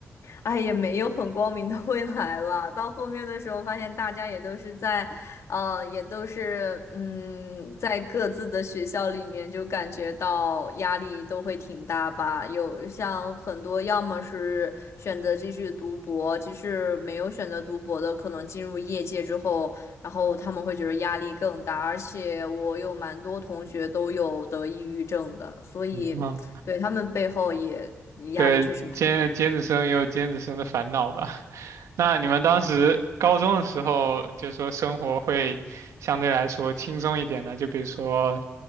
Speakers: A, on the left; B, on the right.
A: 哎，也没有很光明的未来了。到后面的时候，发现大家也都是在，呃，也都是，嗯，在各自的学校里面，就感觉到压力都会挺大吧。有像很多，要么是选择继续读博，即使没有选择读博的，可能进入业界之后，然后他们会觉得压力更大。而且我有蛮多同学都有得抑郁症的，所以对他们背后也压力确实。
B: <laughs> 嗯对，
A: 蛮。
B: 尖尖子生也有尖子生的烦恼吧？<laughs> 那你们当时高中的时候，就说生活会相对来说轻松一点的，就比如说，